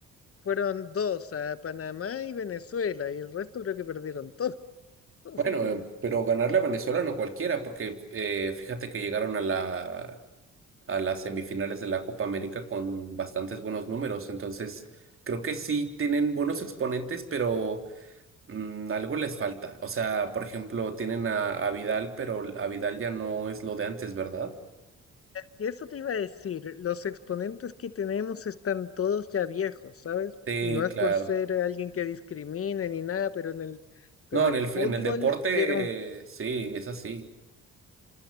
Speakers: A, on the left; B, on the right.
A: fueron dos, a Panamá y Venezuela, y el resto creo que perdieron todo, <laughs> todo,
B: Bueno,
A: todo.
B: eh, pero ganarle a Venezuela no cualquiera, porque eh, fíjate que llegaron a la, a las semifinales de la Copa América con bastantes buenos números, entonces creo que sí tienen buenos exponentes, pero... Mm, algo les falta. O sea, por ejemplo, tienen a, a Vidal, pero a Vidal ya no es lo de antes, ¿verdad?
A: Y eso te iba a decir, los exponentes que tenemos están todos ya viejos, ¿sabes?
B: Sí,
A: Y no es
B: claro.
A: por ser alguien que discrimine ni nada, pero en el, pero
B: No,
A: en
B: en
A: el
B: el,
A: fútbol
B: en el deporte,
A: llega un
B: eh, sí, es así.